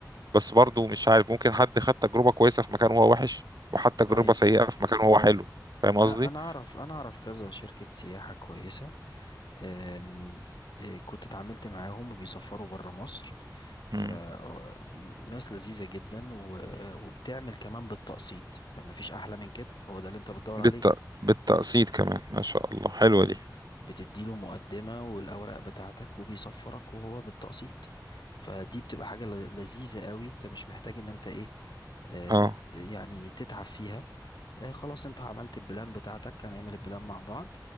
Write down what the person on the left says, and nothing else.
ايوه
لا انا اعرف انا اعرف كذا شركه سياحه كويسه آم، آه، كنت اتعاملت معاهم وبيسفروا برا مصر فناس
لذيذة جدا و- وبتعمل كمان بالتقسيط فمفيش أحلى من كده هو ده اللي انت بتدور
عليه
اه
بتديله مقدمة والأوراق بتاعتك وبيصفرك وهو بالتقسيط فدي بتبقى حاجة ل- لذيذة قوي انت مش محتاج ان انت ايه آه،
ت- يعني تتعب فيها آه، خلاص انت عملت البلان بتاعتك هنعمل البلان مع بعض